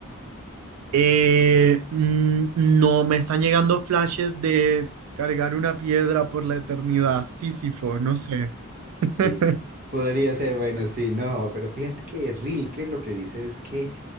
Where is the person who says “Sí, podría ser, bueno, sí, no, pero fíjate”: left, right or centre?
Right